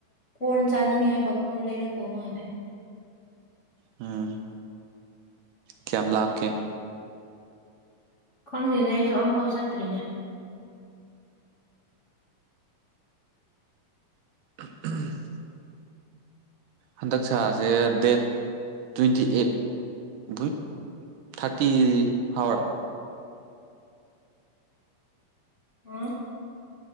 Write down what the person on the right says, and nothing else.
ꯎꯝ ꯀꯌꯥꯃꯂꯞꯀꯦ
<unintelligible> ꯍꯟꯗꯛ ꯁꯥꯥꯁꯦ ꯗꯦꯠ ꯇ꯭ꯋꯦꯟꯇꯤ ꯑꯩꯠ ꯏ ꯊꯥꯔꯇꯤ ꯍꯥꯎꯔ